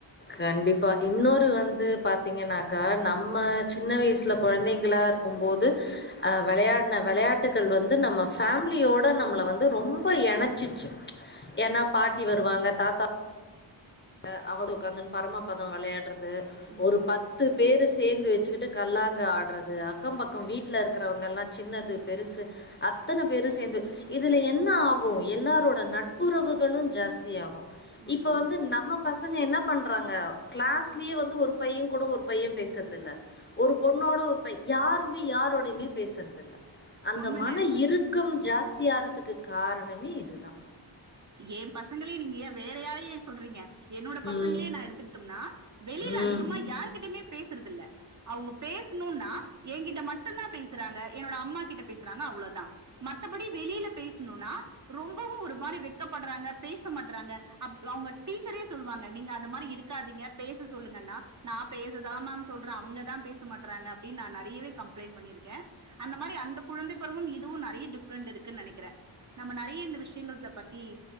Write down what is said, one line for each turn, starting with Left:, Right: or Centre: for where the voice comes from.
Left: கண்டிப்பா இன்னொரு வந்து பாத்தீங்கன்னாக்கா நம்ம சின்ன வயசுல கொழந்தைங்களா இருக்குபோது அ விளையாடுன விளையாட்டுகள் வந்து நம்ம ஃபேமிலியோட நம்மள வந்து ரொம்ப இணைச்சிச்சி ஏன்னா பாட்டி வருவாங்க தாத்தா அ அவுங்குளுக்கு உக்கந்து பரமப்பதம் விளையாடுறது அ
Right: உம்
Left: ஒரு பத்து பேரு சேர்ந்து வச் வச்சிக்கிட்டு கல்லாங்கா ஆடுறது அக்கம் பக்கம் வீட்ல இருக்கிறவங்கள்லா சின்னது பெருசு அத்தன பேரு சேந்து இதில என்னாகு எல்லாரோட நட்புறவுகளு ஜாஸ்தியாகு
Right: உண்மை
Left: இப்ப வந்து
Right: உண்மை
Left: நம் பசங்க என்ன பண்றாங்க கிளாஸ்லியே வந்து ஒரு பைய கூட ஒரு பைய பேசுறதில்ல ஒரு பொண்ணோட ஒரு பைய யாருமே யாரோடையுமே பேசுறதில்ல அந்த
Right: உண்மைங்க
Left: மன இருக்கம் ஜாஸ்தி ஆரறதுக்கு காரணமே இதுதா
Right: ஏ பசங்களியு நீங்க ஏ வேற யாரையு சொல்றீங்க என்னோட பசங்களே
Left: ம்.
Right: நா எடுத்துக்கிட்டோம்னா வெளியில
Left: ம்.
Right: அதிகமா யார்கிட்டயுமே பேசுறது இல்ல அவுங்க பேஸ்ணுன்னா என்கிட்ட மட்டுதா பேசறாங்க என்னோட அம்மா கிட்ட பேசுறாங்க அவ்ளோதா மத்தபடி வெளியில பேசணுன்னா ரொம்பவு ஒரு மாரி பதடபடுறாங்க பேச மாட்டறாங்க அப் அவுங்க டீச்சரே சொல்லுவாங்க நீங்க அந்த மாரி இருக் க்காதீங்க பேச சொல்லுங்கன்னா நா பேசதா மேம் சொல்றே அவுங்கதா பேச மாட்டறாங்க அப்பிடின் நா நெறையவே கம்ப்ளைண்ட் பண்ணியிருக்கே அந்த மாரி அந்த குழந்தை பருவும் இதுவு நெறைய டிஃப்ரண்ட் இருக்குன்னு நெனைக்கிறே நம்ம நெறைய இந்த விஷயங்கள்த பத்தி